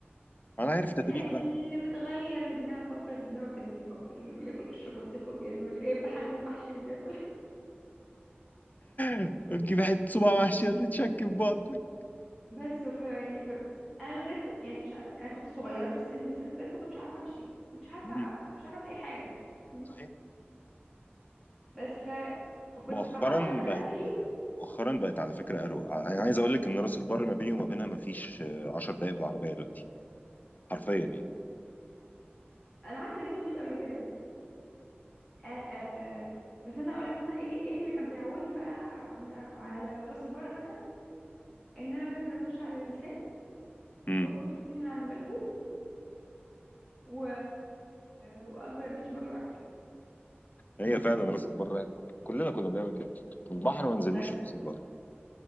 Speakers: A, on the left; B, in the centre.
A: ما انا عارف تتبيله
B: لا اللي
A: بقى
B: بتغير لابنها بامبرز لابنها وترمي البامبرز اللي بياكل قشر بطيخ وبيرمي واللي جايب بحلة محشي وبياكل
A: <laughs> تجيب حته صباع محشي اللي تشك في بطنك
B: <laughs> بس وف... ف... انا بجد يعني مش ع- انا كنت صغيرة في السن بس انا بجد ما كنتش عارفة امشي مش عارفة
A: مم.
B: مش عارفة اعمل اي حاجة م.
A: صحيح
B: بس ف... فكنت
A: مؤخرا
B: بعوض ده بقى
A: بقت
B: بايه
A: مؤخرا بقت على فكره اروق انا عايز اقول لك ان راس البر ما بيني وما بينها ما فيش آه، 10 دقائق بالعربيه دلوقتي حرفيا يعني
B: انا عارفة انا جده مات قبل كده آ... آ... بس مثلا اقول لك مثلا ايه ايه اللي كان بيعودني بقى على على راس البر مثلا ان انا بنزل اتمشى على اللسان
A: مم.
B: واكل فطير من عند بلبول و... واجر بيتش باجي واعجل
A: هي فعلا راس البر كلنا كنا بنعمل كده البحر ما نزلوش
B: بس
A: في راس البر